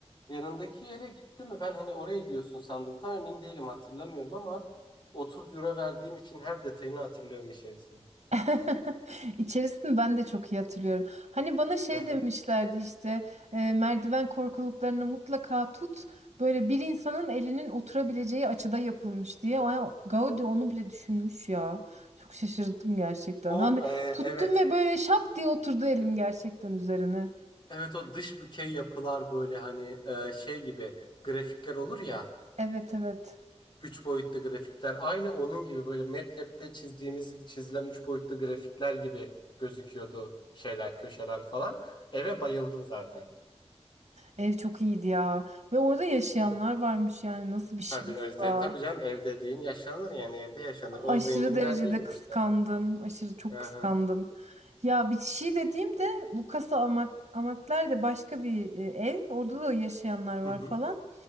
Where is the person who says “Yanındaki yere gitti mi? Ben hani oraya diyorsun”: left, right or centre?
Left